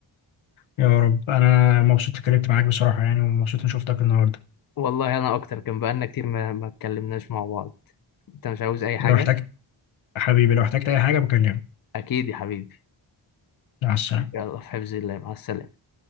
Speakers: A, on the left; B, on the left.
A: يا رب انا مبسوط اتكلمت معاك بصراحة يعني ومبسوط اني شفتك النهاردة
B: والله أنا أكتر كان بقالنا كتير ما ما اتكلمناش مع بعض أنت مش عاوز أي حاجة
A: لو احتجت حبيبي لو احتجت اي حاجة بكلمك
B: أكيد يا حبيبي
A: مع السلامة
B: يلا في حفظ الله مع السلامة